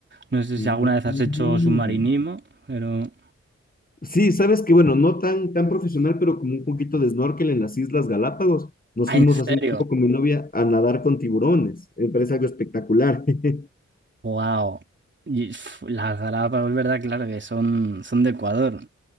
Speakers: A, on the right; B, on the left.
A: No sé si
B: ujú,
A: alguna vez has
B: ujú.
A: hecho submarinismo, pero...
B: Sí, sabes que, bueno, no tan, tan profesional, pero como un poquito de snorkel en las Islas Galápagos. Nos
A: Ah,
B: fuimos
A: ¿en serio?
B: hace un tiempo con mi novia a nadar con tiburones. Me parece algo espectacular. <laughs>
A: ¡Wow! Y, pf, las Galápagos, verdad, claro que son, son de Ecuador.